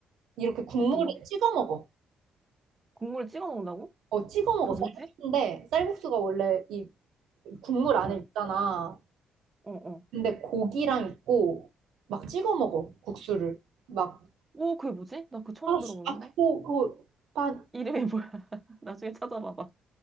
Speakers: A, on the right; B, on the right.
A: 이렇게 국물에
B: 어떤 거?
A: 찍어 먹어.
B: 국물 찍어 먹는다고?
A: 어, 찍어 먹어.
B: 그게
A: 쌀국수인데,
B: 뭐지?
A: 쌀국수가 원래 이 국물 안에
B: 어,
A: 있잖아.
B: 어, 어.
A: 근데 고기랑 있고 막 찍어 먹어 국수를 막
B: 오, 그게 뭐지? 나 그거 처음
A: 아, 씨,
B: 들어보는데?
A: 아 그거 그거 반,
B: 이름이 뭐야? <laughs> 나중에 찾아봐봐.